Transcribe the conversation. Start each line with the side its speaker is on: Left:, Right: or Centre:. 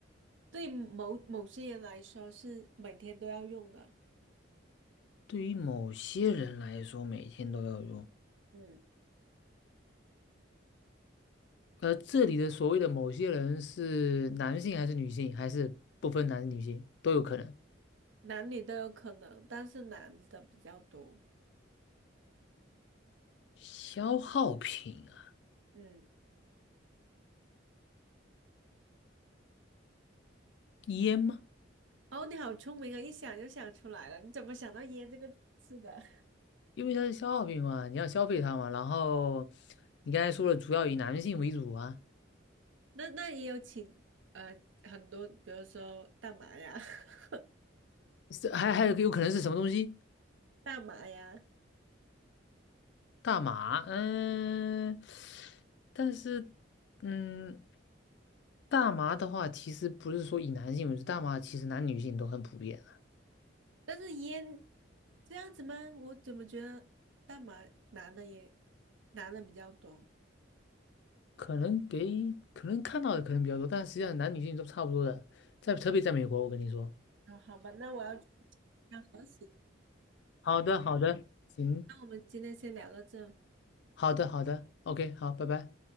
Right: 对某某些人来说是每天都要用的，
Left: 对于某些人来说，每天都要用。
Right: 嗯，
Left: 呃，这里的所谓的某些人是男性还是女性，还是不分男女性都有可能？
Right: 男女都有可能，但是男的比较多。
Left: 消耗品啊，
Right: 嗯。
Left: 烟吗？
Right: 哦，你好聪明啊，一想就想出来了。你怎么想到“烟”这个字的？
Left: 因为它是消耗品嘛，你要消费它嘛。然后你刚才说了，主要以男性为主啊，
Right: <laughs> 那那也有请呃很多，比如说大麻呀、<laughs>
Left: 是还还有有可能是什么东西？
Right: 大麻呀，
Left: 大麻，嗯，但是嗯，大麻的话，其实不是说以男性为主，大麻其实男女性都很普遍啊。
Right: 但是烟这样子吗？我怎么觉得大麻男的也男的比较多？
Left: 可能给可能看到的可能比较多，但实际上男女性都差不多的，在特别在美国，我跟你说。
Right: 哦，好吧，那我要去要核实。
Left: 好的，好的，行，
Right: 那我们今天先聊到这。
Left: 好的，好的，OK，好，拜拜。